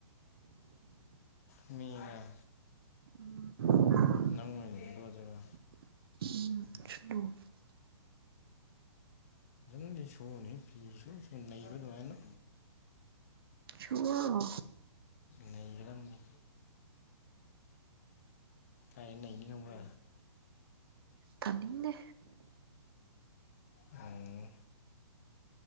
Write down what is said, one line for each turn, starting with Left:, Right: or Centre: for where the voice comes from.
Left: ꯃꯤꯅ
Right: ꯎꯝꯂꯣ
Left: ꯅꯪ ꯑꯣꯏꯅ ꯁꯤꯠꯂꯣꯗꯔꯥ ꯃ ꯁꯣꯟ ꯍ ꯄ ꯁ ꯁꯣꯟ ꯂꯩꯕ ꯅꯨꯡꯉꯅꯣ
Right: ꯆꯨꯑꯣ
Left: ꯂꯩꯕꯤꯔꯝꯃꯤ ꯀꯔꯦꯟꯅꯤ ꯑꯣꯕ
Right: ꯇꯅꯤꯡꯦ
Left: ꯎꯝ